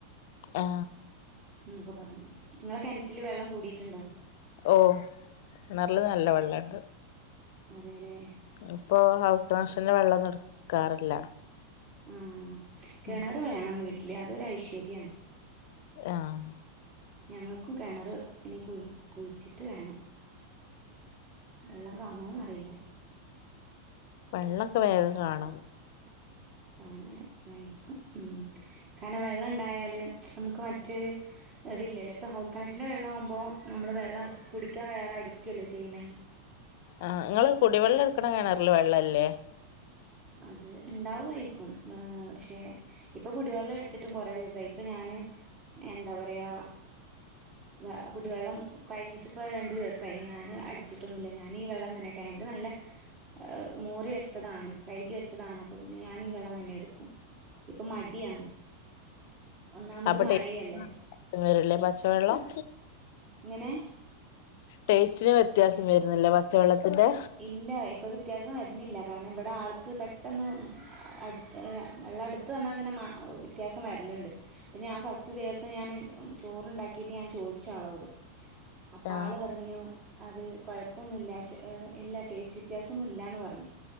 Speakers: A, on the left (about 50°); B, on the right (about 40°).
A: ആ
B: ന്നൊക്കെ പറഞ്ഞു ഇങ്ങളെ കെണ്റ്റില് വെള്ളം കൂടീട്ടുണ്ടോ
A: ഓഹ് കിണറില് നല്ല വെള്ളണ്ട്
B: അതെലേ
A: ഇപ്പൊ ഹൗസ് കണക്ഷന്റെ വെള്ളൊന്നും എടുക്കാറില്ല
B: ഉം കിണറ്
A: ഉം
B: വേണം വീട്ടില് അതൊരു ഐശ്വര്യാണ്
A: ആഹ്
B: ഞങ്ങക്കും കിണറ് ഇനി കുയ് കുയ്ച്ചിട്ട് വേണം വെള്ളം കാണൊന്ന് അറിയില്ല
A: വെള്ളൊക്കെ വേഗം കാണും
B: കാണും ഏ ആയിരിക്കും ഉം കാരണം വെള്ളം ഇണ്ടായാല് നമുക്ക് മറ്റ് അത് ഇല്ലല്ലോ ഇപ്പൊ ഹൗസ് കണക്ഷന്റെ വെള്ളാവുമ്പോ നമ്മള് വെള്ളം കുടിക്കാൻ വേറെ അടിക്കല്ലോ ചെയ്യണേ
A: ആഹ് ഇങ്ങള് കുടിവെള്ളം എടുക്കണ കെണറില് വെള്ളല്ലേ
B: അത് ഇണ്ടാവുമായിരിക്കും വേ പക്ഷെ ഇപ്പൊ കുടിവെള്ളം എടുത്തിട്ടും കുറേ ദിവസായി ഇപ്പൊ ഞാന് എന്താ പറയാ വേ കുടിവെള്ളം കഴിഞ്ഞിട്ടിപ്പോ രണ്ട് ദിവസായി ഞാന് അടിച്ചിട്ടൊന്നുല്ല ഞാന് ഈ വെള്ളം തന്നെ ടങ്ക് നല്ല ഏഹ് മോറി വെച്ചതാണ് കഴുകി വെച്ചതാണ് അപ്പ പിന്നെ ഞാന് ഈ വെള്ളം തന്നെ എടുക്കും ഇപ്പൊ മടിയാണ് ഒന്നാമത്
A: അപ്പോ
B: മഴയല്ലേ
A: ടാ വരല്ലേ പച്ചവെള്ളം
B: ഇങ്ങനെ
A: ടേസ്റ്റിന് വ്യത്യാസം വരുന്നില്ലേ പച്ചവെള്ളത്തിന്റെ?
B: ഇല്ല ഇപ്പോ വ്യത്യാസം വരുന്നില്ല കാരണം ഇവിടെ ആൾക്ക് പെട്ടെന്ന് അടുത്ത് വെള്ള ത്ത് വന്നാ തന്നെ മ വ്യത്യാസം വരല്ണ്ട് അപ്പ ഞാൻ ഫസ്റ്റ് ദിവസം ഞാൻ ചോറുണ്ടാക്കിട്ട് ഞാൻ ചോയ്ച്ചു ആളോട് അപ്പ
A: ആ
B: ആള് പറഞ്ഞു അത് കൊഴപ്പൊന്നുല്ലാച്ച് ഇല്ല ടേസ്റ്റ് വ്യത്യാസം ഒന്നും ഇല്ലാന്ന് പർഞ്ഞു